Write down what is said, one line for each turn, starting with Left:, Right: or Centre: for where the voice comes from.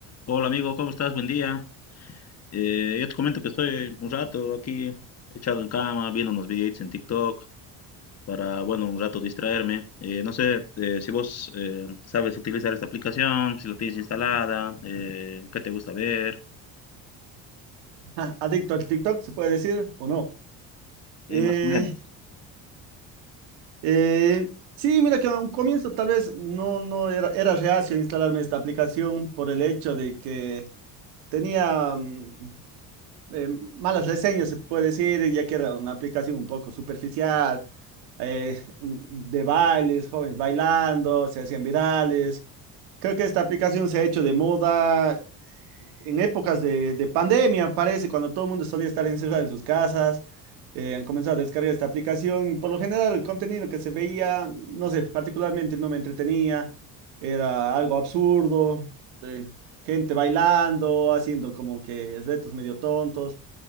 Left: Hola amigo, ¿cómo estás? Buen día. Eh, yo te comento que estoy un rato aquí echado en cama, viendo unos videitos en TikTok para, bueno, un rato distraerme. Eh, no sé eh, si vos eh, sabes utilizar esta aplicación, si la tienes instalada, eh, qué te gusta ver.
Right: <laughs> Ah, Adicto al TikTok, se puede decir o no.
Left: Eh,
Right: Eh,
Left: más o menos.
Right: eh, sí, mira que a un comienzo tal vez no, no era, era reacio a instalarme esta aplicación por el hecho de que tenía mm, eh, malas reseñas, se puede decir, ya que era una aplicación un poco superficial, eh, mm, de bailes, jóvenes bailando, se hacían virales. Creo que esta aplicación se ha hecho de moda eh, en épocas de, de pandemia, parece, cuando todo el mundo solía estar encerrado en sus casas. eh, han comenzado a descargar esta aplicación y por lo general el contenido que se veía, no sé, particularmente no me entretenía, era algo absurdo, eh, gente bailando, haciendo como que retos medio tontos.